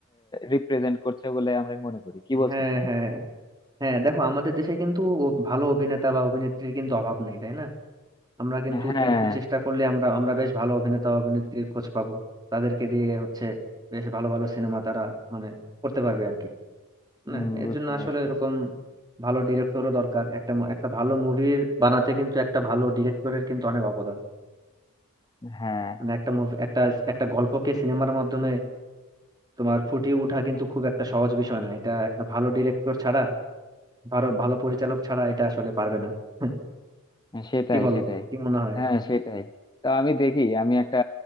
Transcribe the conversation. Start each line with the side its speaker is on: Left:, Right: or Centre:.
Left: রিপ্রেজেন্ট করছে বলে আমরা মনে করি কি বলছো
Right: হ্যাঁ
Left: তুমি
Right: হ্যাঁ হ্যাঁ দেখো আমাদের দেশে কিন্তু ও- ভালো অভিনেতা বা অভিনেত্রীর কিন্তু অভাব নেই তাই না আমরা কিন্তু
Left: হ্যাঁ
Right: একটু চেষ্টা করলে আমরা আমরা বেশ ভালো অভিনেতা অভিনেত্রীর খোঁজ পাবো তাদেরকে দিয়ে হচ্ছে বেশ ভালো ভালো সিনেমা তারা মানে করতে পারবে আর কি
Left: হুম
Right: না এর
Left: বুঝতে
Right: জন্য আসলে
Left: পারছি
Right: এরকম ভালো ডিরেক্টরও দরকার একটা মু- একটা ভালো মুভির বানাতে কিন্তু একটা ভালো ডিরেক্টরের কিন্তু অনেক অবদান
Left: হ্যাঁ
Right: মানে একটা মুভি একটা একটা গল্পকে সিনেমার মাধ্যমে তোমার ফুটিয়ে ওঠা কিন্তু খুব একটা সহজ বিষয় না এটা একটা ভালো ডিরেক্টর ছাড়া ভালো ভালো পরিচালক ছাড়া এটা আসলে পারবে না <laughs>
Left: সেটাই
Right: কি বলো
Left: সেটাই
Right: কি মনে হয়
Left: হ্যাঁ সেটাই তো আমি দেখি আমি একটা